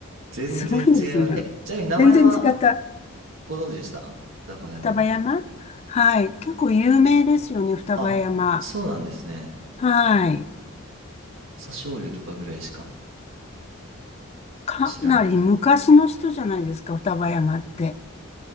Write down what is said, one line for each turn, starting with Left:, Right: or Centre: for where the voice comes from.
Right: 全然違います。
Left: すごいですね。
Right: え、ちなみに名前は
Left: 全然違った。
Right: ご存知でした双葉山。
Left: 双葉山はい。結構有名ですよね、双葉山。
Right: あ、そうなんですね。
Left: はい。
Right: 朝青龍とかぐらいしか
Left: かなり昔の人じゃないですか、
Right: 知らなかった。
Left: 双葉山って。